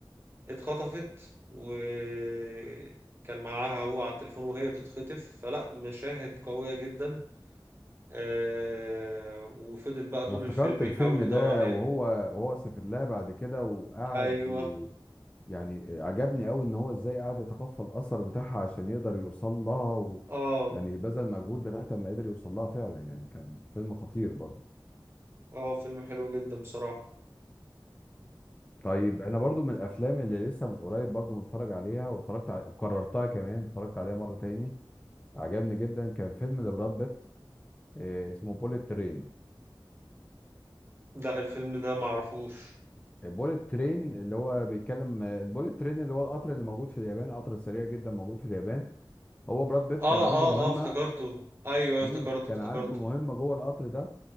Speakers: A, on the right (about 30°); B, on the left (about 15°).
A: اتخطفت وكان معاها هو على التليفون وهي بتتخطف فلا مشاهد قوية جدا آه، وفضل بقى
B: انا
A: طول
B: افتكرت
A: الفيلم
B: الفيلم
A: يحاول
B: ده
A: يدور عليها
B: وهو وهو سافر لها بعد كده وقعد
A: أيوه
B: ي- يعني عجبني قوي ان هو ازاي قعد يتقفل الاثر بتاعها عشان يقدر يوصل لها و
A: اه
B: يعني بذل مجهود لغايه ما قدر يوصل لها فعلا يعني كان فيلم خطير برضه
A: اه فيلم حلو جدا بصراحة
B: طيب انا برضو من الافلام اللي لسه من قريب برضو متفرج عليها واتفرجت على... وكررتها كمان اتفرجت عليها مره تاني عجبني جدا كان فيلم لبراد بيت آه، اسمه بوليت ترين
A: ده الفيلم ده معرفوش
B: البوليت ترين اللي هو بيتكلم البوليت ترين اللي هو القطر اللي موجود في اليابان قطر سريع جدا موجود في اليابان هو براد بيت
A: اه
B: كان عنده
A: اه
B: مهمة
A: اه افتكرته ايوه أيوة،
B: مم،
A: افتكرته
B: كان
A: افتكرته
B: عنده مهمة جوه القطر ده